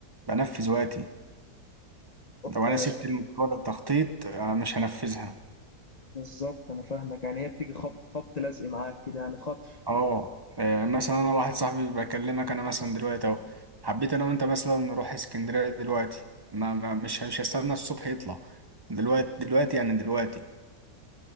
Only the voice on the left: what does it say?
آه،
بالظبط انا فاهمك يعني هي بتيجي خبط خبط لازق معاك كده يعني خط